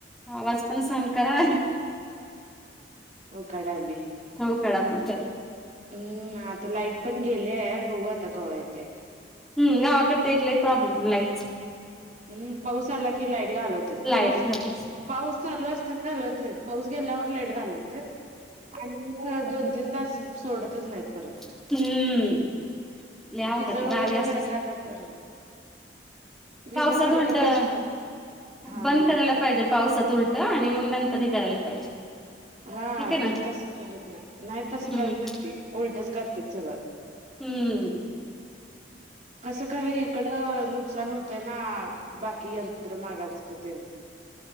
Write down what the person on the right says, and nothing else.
उकडा बी.
हम्म, आता लाईट पण गेली आहे. बघू आता कवा येते.
हम्म, पाऊस आला की लाईट घालवते.
पाऊस
पाऊस चालू असताना घालवत नाही. पाऊस गेल्यावर लाईट घालवते. पहा दोन तीन तास सोडतं येतचं नाहीत परत
तुम्ही
जावा
खडकल्या तर विजा
कडकत
असल्या हा
बोला
की
हा
ते तसं करत नाही, नाही तसं
करत नाही ते उलटच करतात सगळं.
असं करयं इकडं नुकसान होतयं ना. बाकी यंत्र मागायचे तेन